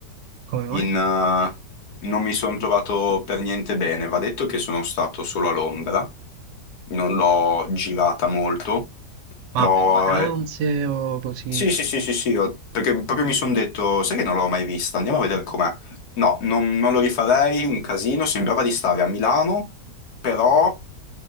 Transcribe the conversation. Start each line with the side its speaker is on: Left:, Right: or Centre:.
Right: Come mai?
Left: in, eh, non mi sono trovato per niente bene. Va detto che sono stato solo a Londra, non l'ho girata molto, però
Right: Ma per vacanze
Left: eh,
Right: o così?
Left: sì,
Right: A
Left: sì, sì, sì, sì, ho- perché proprio mi sono detto, sai che non l'ho mai vista, andiamo a vedere com'è. No, non, non lo rifarei, un casino, sembrava di stare a Milano, però